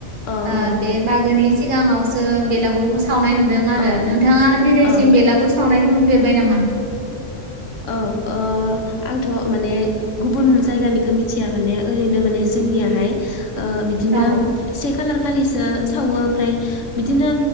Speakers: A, on the left (about 80°); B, on the right (about 45°).
A: औ
B: ओ बे
A: औ
B: मागोनि सिगाङावसो बेलागुरखौ सावनाय नुदों आरो
A: औ
B: नोंथाङा दिनैसिम
A: औ
B: बेलागुर सावनायखौ नुफेरबाय नामा?
A: औ ओ ओ आंथ' माने गुबुन जायगानिखौ मिथिया माने ओरैनो माने जोंनियाहाय ओ बिदिनो
B: औ
A: से खालार खालिसो सावो ओमफ्राय बिदिनो